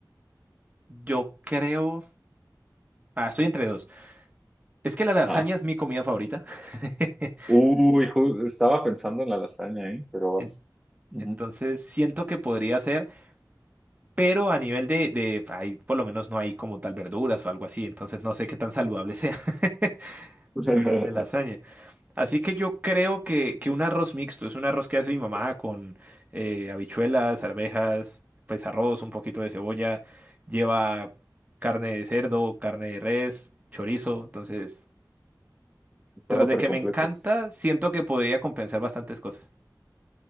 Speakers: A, on the right; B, in the centre.
A: Yo creo... Ah, estoy entre dos. Es que la lasaña
B: Ajá.
A: es mi comida favorita. <laughs>
B: Uy, ju- estaba pensando en la lasaña, ¿eh? Pero vas.
A: En-
B: Ujú.
A: Entonces siento que podría ser, pero a nivel de, de... Ahí por lo menos no hay como tal verduras o algo así, entonces no sé qué tan saludable sea. <laughs>
B: <laughs>
A: Vivir de lasaña. Así que yo creo que, que un arroz mixto es un arroz que hace mi mamá con eh, habichuelas, arvejas, pues arroz, un poquito de cebolla, lleva carne de cerdo, carne de res, chorizo. Entonces,
B: Está
A: tras
B: súper
A: de que
B: completo.
A: me encanta, siento que podría compensar bastantes cosas.